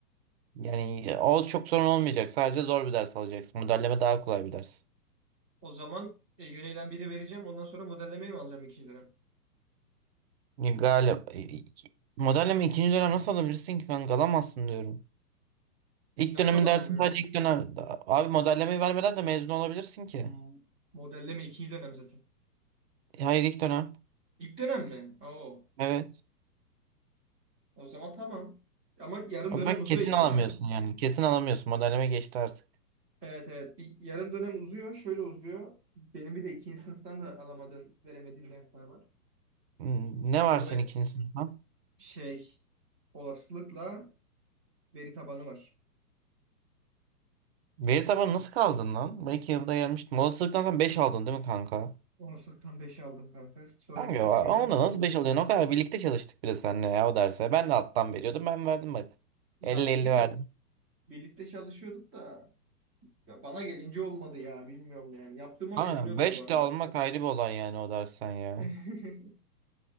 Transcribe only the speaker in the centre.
O zaman e, yöneylem biri vereceğim. Ondan sonra modellemeyi mi alacağım ikinci dönem?
Nasıl
alamam
ya?
Hmm. Modelleme ikinci dönem zaten.
İlk dönem mi? Oo.
O zaman tamam. Ama yarım
dönem
uzuyor
yine
ya.
Evet evet. Bir yarım dönem uzuyor. Şöyle uzuyor. Benim bir de ikinci sınıftan da alamadığım, veremediğim dersler var.
O
ve
şey olasılıkla veri tabanı var.
Olasılıktan beş aldım kanka. Sonra
bütüne girdim.
Yani
ne bileyim
birlikte çalışıyorduk da ya bana gelince olmadı ya bilmiyorum yani. Yaptığıma
da inanıyordum
bu arada.
<laughs>